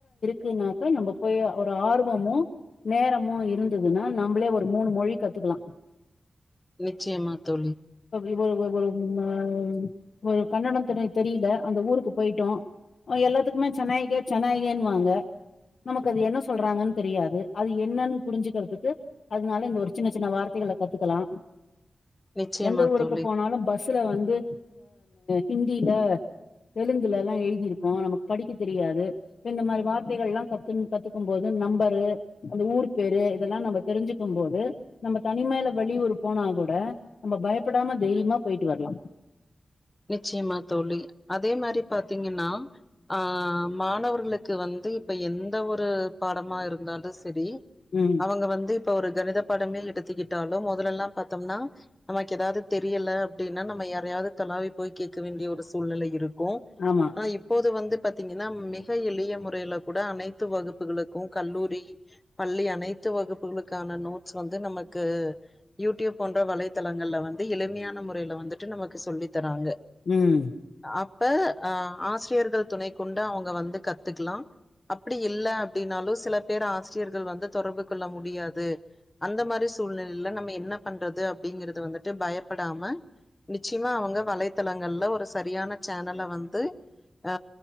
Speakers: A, on the left; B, on the left.
A: கினாக்க நம்ப போய் ஒரு ஆர்வமோ நேரமோ இருந்ததுனா நம்மளே ஒரு மூணு மொழி கத்துக்கலா
B: நிச்சயமா தோழி
A: இவரு ஒரு ஒரு ஹ ஒரு கன்னடத்தில தெரியல அந்த ஊருக்கு போயிட்டோ அவன் எல்லாத்துக்குமே சனாய்க்கே சனாய்க்கேன்னுவாங்க நமக்கு அது என்ன சொல்றாங்கன்னு தெரியாது அது என்னனு புரிஞ்சுக்கிறதுக்கு அதனால இந்த ஒரு சின்ன சின்ன வார்த்தைகள கத்துக்கலா
B: நிச்சயமா
A: எந்த ஊருக்கு
B: தோழி,
A: போனாலும் பஸ் ல வந்து ஹிந்தில தெலுங்குல எல்லா எழுதிரு கோ நமக்கு படிக்கத் தெரியாது இப்ப இந்த மாரி வார்த்தைகள் எல்லா கத்து கத்துக்கும் போது நம்பரு அந்த ஊர் பேரு இதெல்லா நம்ம தெரிஞ்சுக்கும் போது நம்ம தனிமைல வெளியூர் போனா கூட நம்ம பயப்படாம தைரியமா போயிட்டு வரலாம்
B: நிச்சயமா தோழி அதே மாரி பாத்தீங்கன்னா ஆ மாணவர்களுக்கு வந்து இப்ப எந்த ஒரு பாடமா இருந்தாலு செரி
A: ம்
B: அவுங்க வந்து இப்போ ஒரு கணித பாடமே எடுத்துக்கிட்டாலும் முதலெல்லாம் பாத்தம்னா நமக்கு எதாவது தெரில அப்டின்னா நம்ம யாரையாவது தொலாவி போய் கேட்க வேண்டிய ஒரு சூழ்நிலை இரு க்கு
A: ஆமா
B: ஆனா இப்போது வந்து பாத்தீங்கன்னா மிக எளிய முறையில கூட அனைத்து வகுப்புகளுக்கு கல்லூரி, பள்ளி அனைத்து வகுப்புகளுக்கான நோட்ஸ் வந்து நமக்கு யூடியூப் போன்ற வலைத்தளங்கள்ல வந்து எளிமையான மொறையில வந்துட்டு நமக்கு சொல்லி தறாங்க
A: ம்
B: அப்ப ஆ ஆசிரியர்கள் துணை கொண்டு அவுங்க வந்து கத்துக்கலா அப்டி இல்ல அப்டின்னாலு சில பேர் ஆசிரியர்கள் வந்து தொடர்பு கொள்ள முடியாது அந்த மாரி சூழ்நிலைல நம்ம என்ன பண்றது அப்டிங்கிறது வந்துட் டு பயப்படாம நிச்சியமா அவுங்க வலைத்தளங்கள்ல ஒரு சரியான ச்சேனல வந்து ஆ